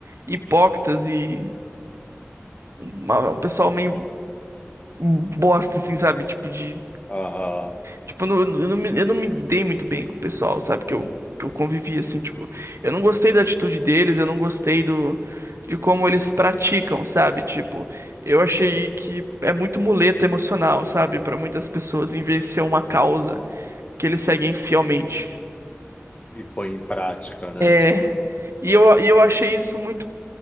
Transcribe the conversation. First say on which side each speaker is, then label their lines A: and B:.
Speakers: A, on the right; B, on the left.
A: hipócritas e uma- um pessoal meio bosta assim, sabe? Tipo de
B: Aham.
A: tipo eu não, eu não me, eu não me dei muito bem com o pessoal, sabe? Que eu que eu convivi assim, tipo, eu não gostei da atitude deles, eu não gostei do de como eles praticam, sabe? Tipo, eu achei que é muito muleta emocional, sabe? Pra muitas pessoas, em vez de ser uma causa que eles seguem fielmente.
B: E põe em prática, né?
A: É,
B: Tipo,
A: e eu, e eu achei isso muito